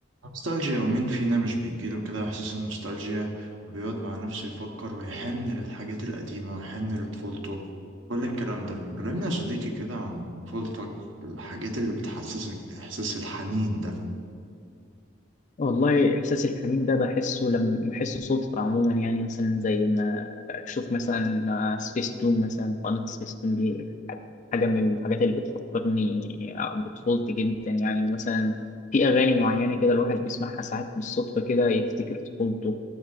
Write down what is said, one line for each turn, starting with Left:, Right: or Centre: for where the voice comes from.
Right: نوستالجيا ومين فينا مش بيجيله كده إحساس النوستالجيا وبيقعد مع نفسه يفكر ويحن للحاجات القديمة ويحن لطفولته كل الكلام ده كلمني يا صديقي كده عن طفولتك الحاجات اللي بتحسسك بإحساس الحنين ده
Left: والله إحساس الحنين ده بحسه لما بحسه صدفة عموما يعني مثلا زي ما أشوف مثلا سبيس تون مثلا قناة سبيس تون دي حاجة من الحاجات اللي بتفكرني بطفولتي جدا يعني مثلا في أغاني معينة كده الواحد بيسمعها ساعات بالصدفة كده يفتكر طفولته